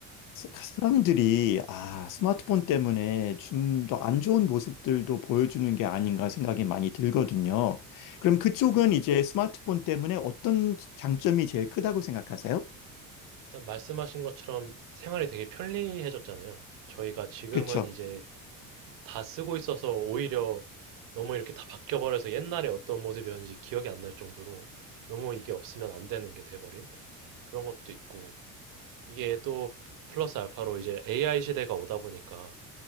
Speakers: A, on the left; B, on the right.
A: 사- 사람들이 아, 스마트폰 때문에 좀 더 안 좋은 모습들도 보여주는 게 아닌가 생각이
B: 음,
A: 많이 들거든요. 그럼 그쪽은 이제 스마트폰 때문에 어떤 장점이 제일 크다고 생각하세요?
B: 일단 말씀하신 것처럼 생활이 되게 편리해졌잖아요. 저희가 지금은
A: 그렇죠.
B: 이제 다 쓰고 있어서 오히려 너무 이렇게 다 바뀌어버려서 옛날에 어떤 모습이었는지 기억이 안 날 정도로 너무 이게 없으면 안 되는 게 돼버린 그런 것도 있고 이게 또 플러스 알파로 이제 AI 시대가 오다 보니까